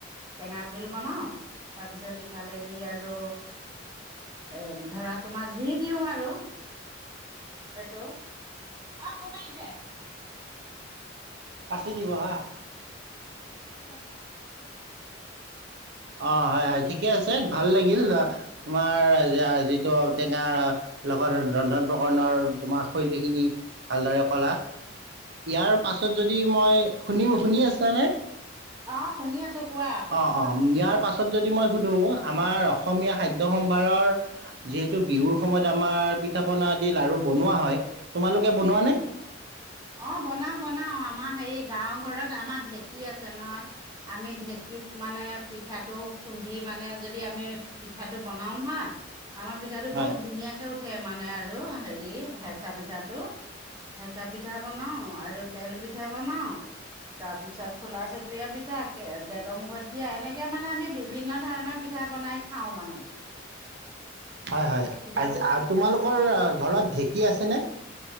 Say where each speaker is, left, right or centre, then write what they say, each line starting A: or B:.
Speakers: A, on the right; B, on the right.
A: টেঙা জোল বনাও তাৰপিছত ইফালেদি আৰু এ ধৰা তোমাৰ যি দিওঁ হয় আৰু সেইটো, অ কোন আহিছে?
B: পাচি দি বহা।
A: <unintelligible> <unintelligible>
B: অ হয় হয় ঠিকে আছে ভাল লাগিল। তোমাৰ যিটো টেঙাৰ লগত ৰন্ধন প্ৰকৰণৰ তোমাৰ শৈলীখিনি ভালদৰে কলা। ইয়াৰ পাছত যদি মই শুনিম শুনি আছানে?
A: অ শুনি আছো কোৱা?
B: অ অ ইয়াৰ পাছত যদি মই শুধো আমাৰ অসমীয়া খাদ্য সম্ভাৰৰ, যিহেতু বিহুৰ সময়ত আমাৰ পিঠা পনা আদি লাাৰু বনোৱা হয়। তোমালোকে বনোৱানে
A: উম অ বনাও বনাও আমাৰ হেৰি গাঁও ঘৰত আমাৰ ঢেঁকী আছে নহয় আমি ঢেঁকীত মানে পিঠাটো খুন্দি মানে, যদি আমি পিঠাটো বনাও নহয়। আমাৰ পিঠাটো বহুত
B: হয়
A: ধুনীয়াকে উঠে। মানে আৰু হেৰি হেঁচা পিঠাটো হেঁচা পিঠা বনাও আৰু তেল পিঠা বনাওঁ তাৰপিছত খোলা চপুৰীয়া পিঠা ডেগৰমুখত দিয়া এনেকে মানে আমি বিভিন্ন ধৰণৰ পিঠা বনাই খাওঁ মানে।
B: হয় হয়
A: পিঠাটো
B: আ তোমালোকৰ
A: অ
B: ঘৰত ঢেক। সি আছেনে?